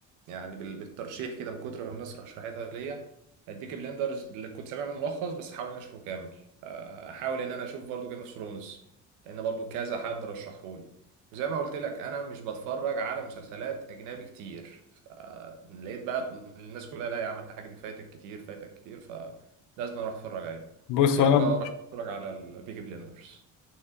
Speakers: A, on the right; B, on the left.
A: يعني بال- بالترشيح كده من كتر ما الناس رشحتها ليا البيكي بليندرز اللي كنت سامع له ملخص بس أحاول إن أنا أشوفه كامل آه، أحاول إن أنا أشوف برضو جيم اوف ثرونز لأن برضو كذا حد رشحهولي وزي ما قلت لك أنا مش بتفرج على مسلسلات أجنبي كتير فلقيت بقى الناس كلها لا يا عم الحاجة دي فايتك كتير فايتك كتير فلازم أروح أتفرج عليه
B: بص
A: سيبك
B: هو
A: بقى
B: انا
A: وأروح أتفرج على البيكي بليندرز